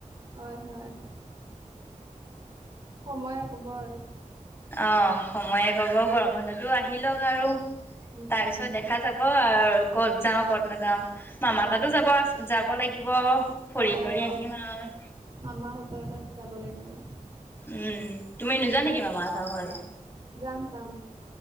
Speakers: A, on the right; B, on the left.
A: হয়, হয়। সময়ে ক'ব আৰু।
B: অঁ সময়ে ক'ব গৰম বন্ধতো আহি লওঁক আৰু।
A: উম,
B: তাৰ
A: উম,
B: পিছত দেখা যাব আৰু ক'ত যাও ক'ত নাযাও। মামা
A: তাকে।
B: তাতো যাব-যাব লাগিব ফৰি
A: অ', অ',
B: কৰি
A: মা
B: আহিম আৰু।
A: মামাহঁতৰ তাত যাব লাগিব।
B: উম তুমি নোযোৱা নেকি মামা হঁতৰ ঘৰলে
A: যাম যাম,